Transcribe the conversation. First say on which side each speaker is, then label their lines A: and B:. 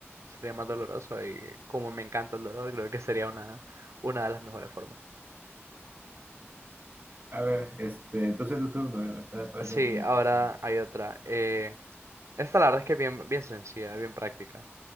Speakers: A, on the right (about 85°); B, on the right (about 40°).
A: sería más doloroso y como me encanta el dolor, creo que sería una, una de las mejores formas.
B: A ver, este, entonces tu turno eh, me está pareciendo
A: Sí,
B: muy interesante.
A: ahora hay otra. Eh, esta la verdad es que es bien, bien sencilla, bien práctica.